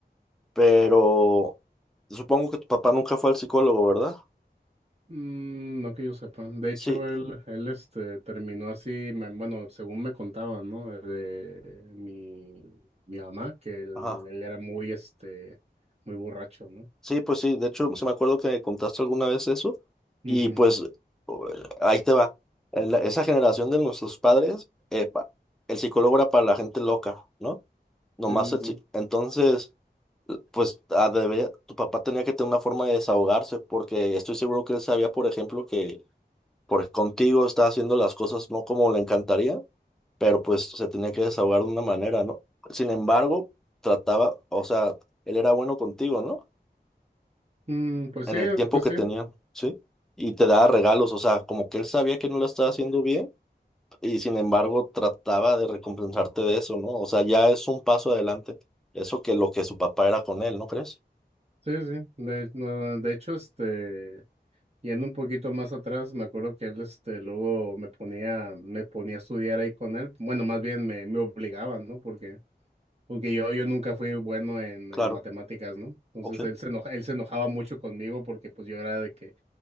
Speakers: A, in the centre; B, on the right.
A: pero supongo que tu papá nunca fue al psicólogo, ¿verdad?
B: Mm, no que yo sepa. De hecho,
A: Sí,
B: él, él este, terminó así, me- bueno, según me contaban, ¿no? De, de mi, mi mamá, que él,
A: ajá.
B: él era muy, este, muy borracho, ¿no?
A: Sí, pues sí, de hecho, se me acuerdo que me contaste alguna vez eso
B: Ujú.
A: y pues o- ahí te va. En la- esa generación de nuestros padres, epa, el psicólogo era para la gente loca, ¿no? Nomás
B: Sí,
A: el
B: sí, sí.
A: psi- Entonces, pues ah, debería- tu papá tenía que tener una forma de desahogarse porque estoy seguro que él sabía, por ejemplo, que por, contigo estaba haciendo las cosas no como le encantaría, pero pues se tenía que desahogar de una manera, ¿no? Sin embargo, trataba, o sea, él era bueno contigo, ¿no?
B: Mm, pues
A: en
B: sí,
A: el tiempo
B: pues
A: que
B: sí.
A: tenían, ¿sí? Y te daba regalos, o sea, como que él sabía que no lo estaba haciendo bien y sin embargo trataba de recompensarte de eso, ¿no? O sea, ya es un paso adelante. Eso que lo que su papá era con él, ¿no crees?
B: Sí, sí. De, no, de hecho, este. Yendo un poquito más atrás, me acuerdo que él, este, luego me ponía, me ponía a estudiar ahí con él. Bueno, más bien me, me obligaban, ¿no? Porque, porque yo, yo nunca fui bueno en,
A: Claro,
B: en matemáticas, ¿no? Entonces
A: ok.
B: él se enoja, él se enojaba mucho conmigo porque pues yo era de que